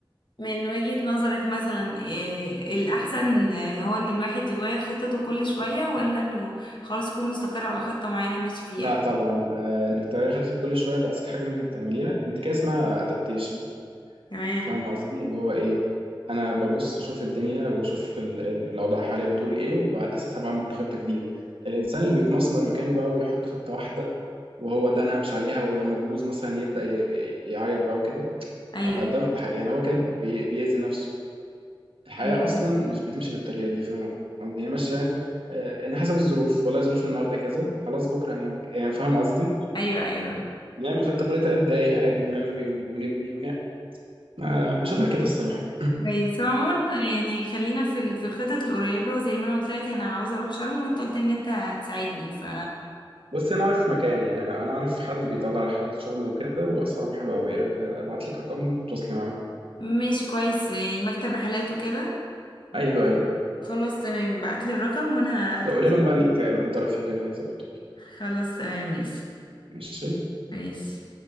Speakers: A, on the left (about 60°); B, on the right (about 85°).
A: من وجهة نظرك مثلا إيه الأحسن إيه هو إن الواحد يغير خطته كل شوية ولا إنه خلاص يكون مستقر على خطة معينة ماشي فيها
B: لا طبعا آه انك تغيري خطتك كل شويه ده اذكى حاجه ممكن تعمليها انت كده اسمها ادابتيشن
A: تمام
B: فاهم قصدي اللي هو ايه انا ببص اشوف الدنيا واشوف ال- ال- الاوضاع حواليا بتقول ايه وعلى اساسها بعمل خطه جديده الانسان اللي بيتمسمر مكانه بقى ويحط خطه واحده وهو ده انا همشي عليها ولما تبوظ مثلا يبدا ي- يعيط بقى وكده
A: أيوه
B: آه، ده ح- يعني هو كده بي- بيأذي نفسه الحياة
A: أيوه
B: أصلا مش بتمشي بالطريقة دي فاهم قصدي هي ماشية آه، إن حسب الظروف والله ظروف النهاردة كذا خلاص بكرة هنعمل ك- يعني فاهم قصدي
A: أيوه أيوه
B: نعمل خطة كل تلات دقايق عادي ونلغي ون- ونبني ونعمل ما بشوفها كده الصراحة
A: كويس هو عموما يعني خلينا في ال- في الخطط القريبة وزي ما أنا قلت لك أنا عاوزة أروح شرم وأنت قلت إن أنت هتساعدني ف
B: <clears throat> بس أنا أعرف مكان يعني أنا أعرف حد بيطلع رحلات لشرم وكده وأسعارهم حلوة أوي إيه رأيك أبعت لك رقمهم وتتواصلي معاهم
A: ماشي كويس يعني مكتب رحلات وكده
B: أيوه أيوه
A: خلاص تمام بعتلي الرقم وانا
B: بس
A: هتواصل
B: لو قولي لهم بقى إنك
A: معاك.
B: من طرفي وكده هيظبطوك
A: خلاص تمام ماشي
B: ماشي
A: ماشي